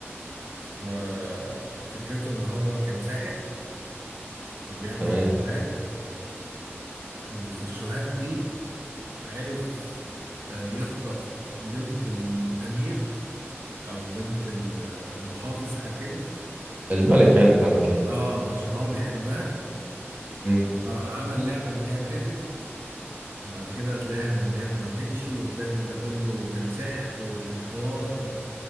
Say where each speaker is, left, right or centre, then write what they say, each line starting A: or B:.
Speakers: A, on the right; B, on the right.
A: وفكرته إن هو كان ساحر وبيعمل
B: تمام
A: شوهات وفي الشوهات دي عرف آه، يخطف بنت الأمير أو بنت ال- آه، المحافظ حاجة كده
B: الملك يعني بتاع المكان
A: اه عشان هو بيحبها
B: امم
A: فراح عمل لعبة إن هي ماتت وبعد كده هتلاقيها م- إن هي ما ماتتش وتلاقي إن ده كله كان سحر وكان حوار